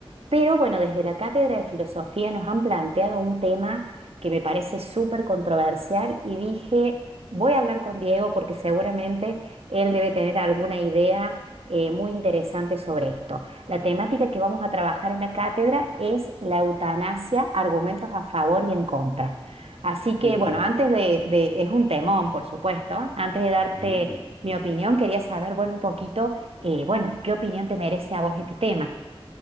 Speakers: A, on the right; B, on the left.
A: Pero bueno, desde la Cátedra de Filosofía nos han planteado un tema que me parece súper controversial y dije, voy a hablar con Diego porque seguramente él debe tener alguna idea eh, muy interesante sobre esto. La temática que vamos a trabajar en la cátedra es la eutanasia, argumentos a favor y en contra. Así que
B: Uh,
A: bueno, antes de, de- es un temón, por supuesto, antes de darte
B: sí, sí,
A: mi
B: sí.
A: opinión, quería saber, bueno, un poquito, eh, bueno, ¿qué opinión te merece a vos este tema?